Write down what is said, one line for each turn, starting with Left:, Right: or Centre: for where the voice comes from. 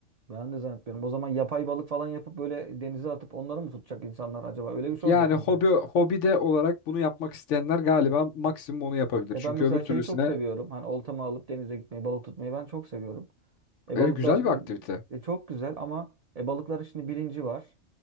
Right: Ben de zannetmiyorum. O zaman yapay balık falan yapıp böyle denize atıp onları mı tutacak insanlar acaba? Öyle bir şey
Left: Yani
Right: olacak belki
Left: hobi
Right: de.
Left: hobi de olarak bunu yapmak isteyenler galiba maksimum onu yapabilir.
Right: Ya
Left: Çünkü
Right: ben mesela
Left: öbür türlüsüne
Right: şeyi çok seviyorum. Hani oltamı alıp denize gitmeyi, balık tutmayı ben çok seviyorum. E
Left: evet
Right: balıklar
Left: güzel
Right: şimdi
Left: bir aktivite.
Right: e, çok güzel ama e balıkların şimdi bilinci var.